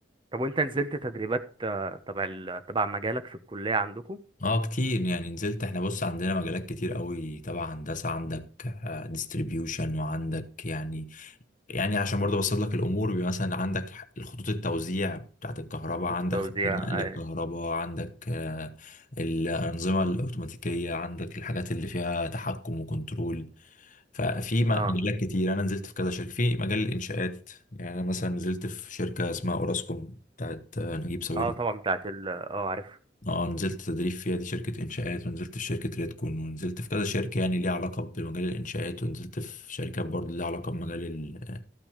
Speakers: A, on the right (about 25°); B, on the left (about 45°).
A: طب وانت نزلت تدريبات آه، تبع ال- آه، تبع مجالك في الكليه عندكم
B: اه كتير يعني نزلت احنا بص عندنا مجالات كتير قوي تبع هندسه عندك ديستريبيوشن وعندك يعني يعني عشان برضه ابسط لك الامور بيبقى مثلا عندك ح- الخطوط التوزيع بتاعت الكهرباء
A: في
B: عندك
A: التوزيع
B: خطوط نقل الكهرباء
A: اه
B: عندك آه، الانظمه الاوتوماتيكيه عندك الحاجات اللي فيها تحكم وكنترول ففي م-
A: اه,
B: مجالات كتير انا نزلت في كذا شركه في مجال الانشاءات يعني انا مثلا نزلت في شركه اسمها اوراسكوم بتاعت آه، نجيب ساويرس
A: آه طبعا بتاعت ال اه عارف
B: اه نزلت تدريب فيها دي شركة إنشاءات ونزلت في شركة ريدكون ونزلت في كذا شركة يعني ليها علاقة بمجال الإنشاءات ونزلت في شركات برضه ليها علاقة بمجال ال-